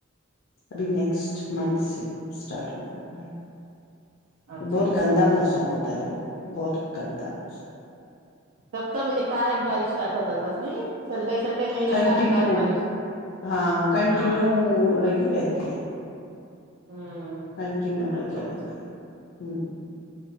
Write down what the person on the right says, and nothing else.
ہوں
اچھا
اچھا
تب تب کا ایک بارش سٹارٹ ہوتا تس نہیں چلتے چلتے نہیں رنگا
ایکائک بارش
ہاں
ہوں
اچھا
اچھا